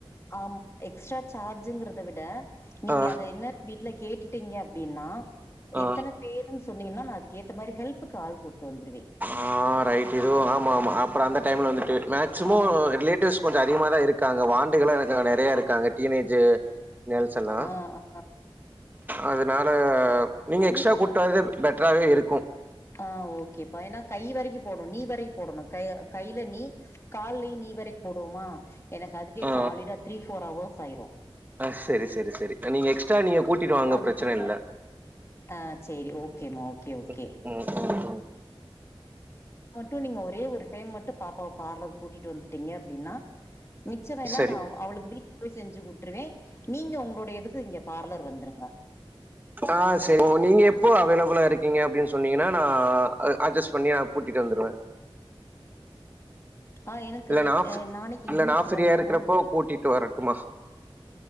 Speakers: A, on the left; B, on the right.
A: ஆமா எக்ஸ்ட்ரா சார்ஜுங்கறத விட நீங்க
B: ஆ
A: அத என்ன வீட்ல கேட்டுட்டீங்க அப்டின்னா
B: ஆ
A: எத்தன பேருனு சொன்னீங்கன்னா நா அதுக் ஏத்த மாரி ஹெல்ப்க்கு ஆள் கூட்டு வந்துருவே
B: ஆ ரைட் இதுவு ஆமா ஆமா அப்றோ அந்த டைம்ல வந்துட்டு மேக்சிமொ
A: ஆமா.
B: ரிலேட்டிவ்ஸ் கொஞ்சோ அதிகமாதா இருக்காங்க வாண்டுகள் இருக்காங்க நெறைய இருக்காங்க டீனேஜ் கேர்ள்ஸ் எல்லா
A: ஆஹ் ஆ
B: அதனால நீங்க
A: பொண்ணுக்கு
B: எக்ஸ்ட்ரா
A: வந்து
B: கூட்டு வரதே பெட்டராவே இருக்கு
A: ஆ ஓகேப்ப ஏன்னா கை வரைக்கும் போட்ணும் நீ வரைக்கும் போட்ணும் கை கையில நீ கால்லயும் நீ வரைக்கும் போடுவோமா எனக்கு அதுக்கே
B: ஆ
A: சாலிடா த்ரீ ஃபோர் ஹவர்ஸ் ஆயிரும்
B: ஆ செரி செரி செரி நீங்க எக்ஸ்ட்ரா நீங்க கூட்டிடுவாங்க
A: அது
B: பிரச்சன
A: போக
B: இல்ல
A: ஆ சரி ஓகேம்மா. ஓகே, ஓகே.
B: ம் உம் உம் உம்
A: மட்டும் நீங்க ஒரே ஒரு டைம் மட்டும் பாப்பாவ பார்லர் கூட்டிட்டு வந்துட்டீங்க அப்டின்னா மிச்சர எல்லாம்
B: சரி
A: நா அவளுக்கு வீட்ல போய் செஞ்சு கூட்டுருவேன் நீங்க உங்களுடைய எதுக்கு இங்க பார்லர் வந்துருங்க
B: ஆ செரி நீங்க எப்போ அவைலபுளா இருக்கீங்க அப்டின்னு சொன்னீங்கன்னா நா அ அட்ஜஸ்ட் பண்ணி நா கூட்டிட்டு வந்துருவேன்
A: ஆ எனக்கு
B: இல்ல நா ஃப்
A: அ நாளைக்கு
B: இல்ல
A: என்ன கிழம
B: ஃபீரியா இருக்கிறப்போ கூட்டிட்டு வரட்டுமா